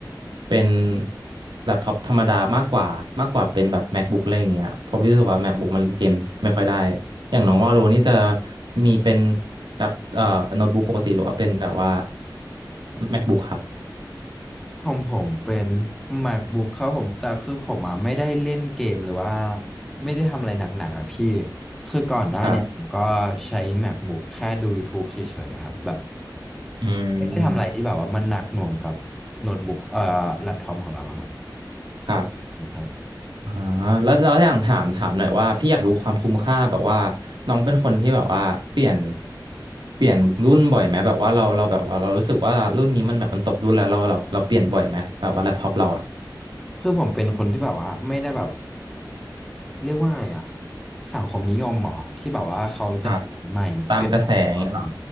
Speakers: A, on the right; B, in the centre.
A: เป็นแล็ปท็อปธรรมดามากกว่ามากกว่าเป็นแบบ MacBook อะไรอย่างเงี้ยเพราะพี่รู้สึกว่า MacBook มันเล่นเกมไม่ค่อยได้อย่างน้องว่าโลนี่จะมีเป็นแบบเอ่อโน้ตบุ๊กปกติหรือว่าเป็นแบบว่า MacBook ครับ
B: ของผมเป็น MacBook ครับผมแต่คือผมอ่ะไม่ได้เล่นเกมหรือว่าไม่ได้ทำอะไรหนักๆอ่ะพี่คือก่อนหน้าเนี่ยผมก็ใช้
A: ครับ
B: MacBook แค่ดู YouTube เฉยๆอะครับแบบ
A: อืม
B: ไม่ได้ทำอะไรที่แบบว่ามันหนักหน่วงกับโน้ตบุ๊กเอ่อแล็ปท็อปของเราอะครับ
A: ครับ
B: ครับ
A: อ่าแล้วแล้วอย่างถามถามหน่อยว่าพี่อยากรู้ความคุ้มค่าแบบว่าน้องเป็นคนที่แบบว่าเปลี่ยนเปลี่ยนรุ่นบ่อยไหมแบบว่าเราเราแบบว่าเรารู้สึกว่ารุ่นนี้มันแบบมันตกรุ่นแล้วเราเราเราเปลี่ยนบ่อยไหมแบบว่าแล็ปท็อปเราอะ
B: คือผมเป็นคนที่แบบว่าไม่ได้แบบ เรียกว่าไงอ่ะสังคมนิยมเหรอที่แบบว่าเขาจะเปลี่ยนใหม่เปลี่ยนแปลงตลอด
A: ครับตามกระแสอย่างเงี้ยเหรอ